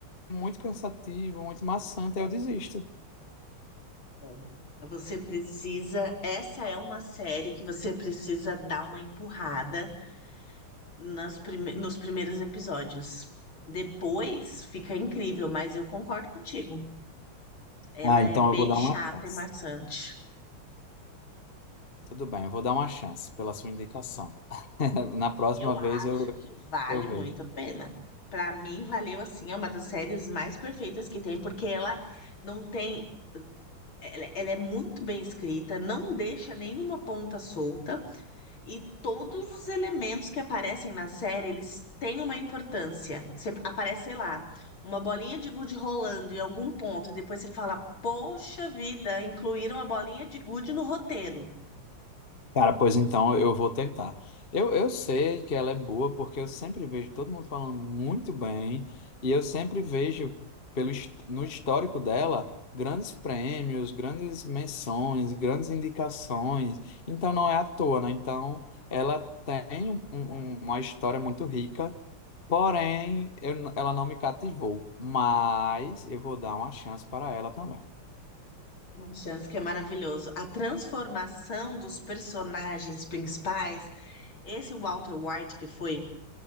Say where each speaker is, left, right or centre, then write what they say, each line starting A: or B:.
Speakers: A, on the left; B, on the left.
A: muito cansativo, muito maçante, aí eu desisto.
B: É. Você precisa, essa é uma série que você precisa dar uma empurrada nas prime- nos primeiros episódios. Depois fica incrível, mas eu concordo contigo. Ela
A: Ah, então
B: é bem
A: eu vou dar
B: chata
A: uma chance.
B: e maçante.
A: Tudo bem, eu vou dar uma chance pela sua indicação. <laughs> Na próxima
B: Eu acho
A: vez eu,
B: que vale
A: eu vejo.
B: muito a pena. Pra mim, valeu assim, é uma das séries mais perfeitas que tem, porque ela não tem. Ela, ela é muito bem escrita, não deixa nenhuma ponta solta, e todos os elementos que aparecem na série, eles têm uma importância. Você aparece, sei lá, uma bolinha de gude rolando em algum ponto, e depois você fala, poxa vida, incluíram a bolinha de gude no roteiro.
A: Cara, pois então eu vou tentar. Eu, eu sei que ela é boa porque eu sempre vejo todo mundo falando muito bem e eu sempre vejo pelo, his- no histórico dela grandes prêmios, grandes menções, grandes indicações. Então não é à toa, né? Então ela tem um- um- um, uma história muito rica, porém eu n- ela não me cativou. Mas eu vou dar uma chance para ela também.
B: Uma chance que é maravilhoso. A transformação dos personagens principais, esse Walter White que foi,